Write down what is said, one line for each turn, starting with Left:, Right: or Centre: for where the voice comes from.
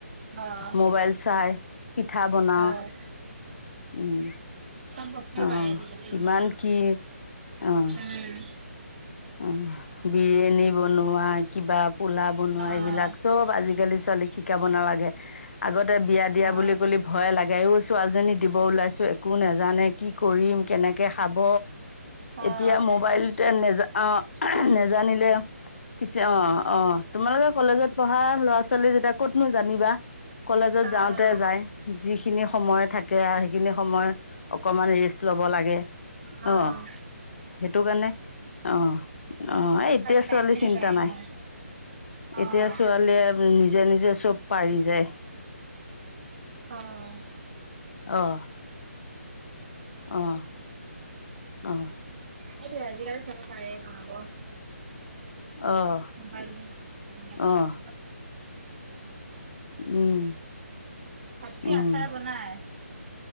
Right: অ',
Left: মোবাইল চাই পিঠা বনা।
Right: অ',
Left: উম।
Right: চব বস্তুৱে
Left: অ'
Right: পায় আজিকালি
Left: কিমান
Right: মোবাইলত।
Left: কি? অ'
Right: উম।
Left: অ' বিৰিয়ানী বনোৱা কিবা পোলা বনোৱা
Right: অ',
Left: এইবিলাক চব আজিকালি ছোৱালীক শিকাব নালাগে। আগতে বিয়া দিয়া
Right: অ',
Left: বুলি ক'লি ভয়ে লাগে। আই ঐ ছোৱালীজনী দিব ওলাইছোঁ একো নাজানে। কি কৰিম, কেনেকে খাব?
Right: অ',
Left: এতিয়া ম'বাইলতে নেজা অহ নেজানিলে কিছে অহ, অহ, তোমালোকে কলেজত পঢ়া ল'ৰা-ছোৱালী যেতিয়া ক'তনো জানিবা? কলেজত
Right: অ',
Left: যাওঁতে যায়। যিখিনি সময় থাকে আ সেইখিনি সময় অকমান ৰেষ্ট ল'ব লাগে।
Right: অ',
Left: অহ সেইটো কাণে অহ, অহ, এ এতিয়াৰ
Right: তাত টাইমখিনি
Left: ছোৱালীৰ চিন্তা
Right: যায়গৈ।
Left: নাই।
Right: অ',
Left: এতিয়া ছোৱালীয়ে নিজে নিজে চব পাৰি যায়।
Right: অ'।
Left: অহ। অ'। অ'।
Right: সেইটোৱে আজিকালি চবে পাৰে বনাব। মোবাইলতে
Left: অঁ অঁ
Right: <unintelligible>
Left: উম,
Right: আপুনি
Left: উম।
Right: আচাৰ বনাই?